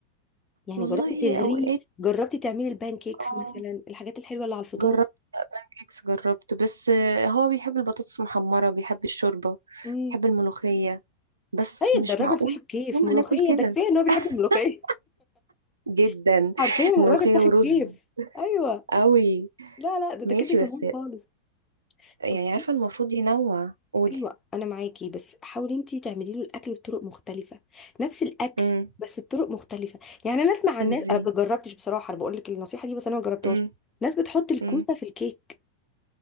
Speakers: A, on the left (about 20°); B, on the right (about 75°).
A: يعني
B: والله
A: جربتي تغريه
B: اوقات
A: جربتي تعملي البان كيكس
B: اه
A: مثلا الحاجات الحلوه اللي على الفطار
B: جربت بانكيكس جربت بس آه، هو بيحب البطاطس المحمرة بيحب الشوربة
A: امم
B: بيحب الملوخية بس
A: طيب
B: مش
A: ده الراجل
B: معقول
A: صاحب كيف
B: يوم
A: ملوخيه
B: هناكل كده
A: ده كفايه ان هو بيحب
B: <laughs>
A: الملوخيه
B: جدا
A: <laughs> حرفيا
B: ملوخية
A: الراجل صاحب
B: ورز
A: كيف ايوه
B: قوي
A: لا لا ده ده
B: ماشي
A: كده تمام
B: بس
A: خالص
B: يعني
A: بص-
B: عارفة المفروض ينوع قولي
A: ايوه انا معاكي بس حاولي انتي تعملي له الاكل بطرق مختلفه نفس الاكل
B: امم
A: بس بطرق مختلفه يعني انا اسمع عن
B: ازاي
A: ناس انا ما جربتش بصراحه انا بقول لك النصيحه دي بس انا ما جربتهاش
B: امم
A: ناس بتحط الكوسه
B: امم
A: في الكيك